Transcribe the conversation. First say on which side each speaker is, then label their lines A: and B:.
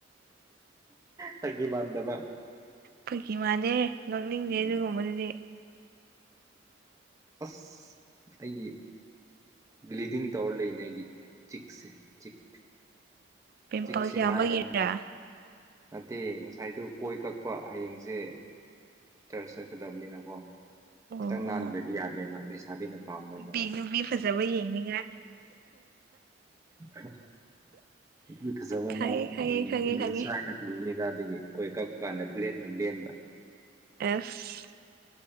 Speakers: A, on the right (about 20°); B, on the right (about 50°).
A: ꯐꯥꯒꯤ ꯃꯥꯟꯗꯕ
B: ꯐꯩꯒꯤ ꯃꯥꯜꯗꯦ ꯅꯣꯛꯅꯤꯡꯗꯦ
A: ꯎꯝ
B: ꯑꯗꯨꯒꯨꯝꯕꯗꯨꯗꯤ
A: ꯑꯁ ꯑꯩꯒꯤ ꯕ꯭ꯂꯤꯗꯤꯡ ꯇꯧꯔ ꯂꯩꯅꯦ ꯑꯩꯒꯤ ꯆꯤꯛꯁꯦ ꯆꯤꯛ
B: ꯄꯤꯝꯄꯜꯁ
A: ꯆꯤꯛꯁꯤ
B: ꯌꯥꯝꯕꯒꯤꯔꯥ
A: ꯃꯥꯏ ꯍꯥꯏꯗꯅ ꯅꯠꯇꯦ ꯉꯁꯥꯏꯗꯨ ꯀꯣꯏ ꯀꯛꯄ ꯍꯌꯦꯡꯁꯦ ꯆꯥꯔꯆ ꯆꯠꯀꯗꯕꯅꯤꯅꯀꯣ
B: ꯑꯣ
A: ꯈꯤꯇꯪ ꯅꯥꯟꯗ꯭ꯔꯗꯤ ꯌꯥꯗꯦꯕ ꯂꯩꯁꯥꯕꯤꯅ ꯄꯥꯝꯃꯣꯏꯕ
B: <unintelligible> ꯐꯖꯕ ꯌꯦꯡꯅꯤ
A: ꯍꯝ <unintelligible> ꯐꯖꯕ
B: ꯈꯪꯉꯦ
A: ꯑꯃ
B: ꯈꯪꯉꯦ
A: ꯎꯝ
B: ꯈꯪꯉꯦ
A: <unintelligible>
B: ꯈꯪꯉꯦ
A: ꯃꯦꯂꯥꯗꯒꯤ ꯀꯣꯢ ꯀꯥꯛꯄꯒꯥꯟꯗ ꯕ꯭ꯂꯦꯠ ꯅ ꯂꯦꯜꯕ
B: ꯑꯦꯁ